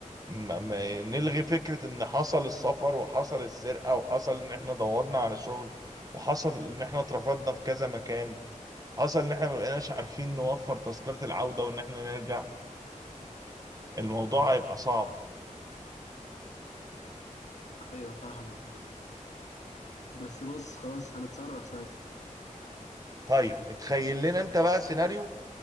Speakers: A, on the right (about 25°); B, on the left (about 60°).
A: ما ما نلغي فكرة ان حصل السفر وحصل السرقة وحصل ان احنا دورنا على شغل وحصل ان احنا اترفضنا في كذا مكان حصل ان احنا ما بقيناش عارفين نوفر تذكرة العودة وان احنا نرجع الموضوع هيبقى صعب
B: ايوه فاهمك بس بص خلاص هنتصرف ساعتها
A: طيب اتخيل لنا انت بقى سيناريو